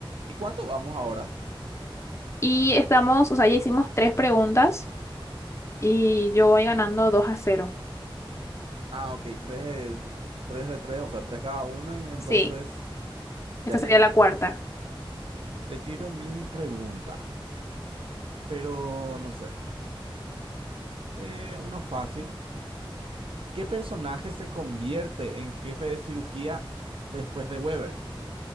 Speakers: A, on the right (about 75°); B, on the left (about 30°).
A: ¿Y cuánto vamos ahora?
B: Y estamos, o sea, ya hicimos tres preguntas. y yo voy ganando dos a cero
A: Ah, ok, tres de tres, de tres, o sea, tres cada uno. Y entonces,
B: Sí.
A: ya,
B: Esta
A: ya,
B: sería
A: ya,
B: la
A: ya.
B: cuarta.
A: Te tiro mi pregunta. pero no sé. Eh, uno fácil. ¿Qué personaje se convierte en jefe de cirugía después de Weber?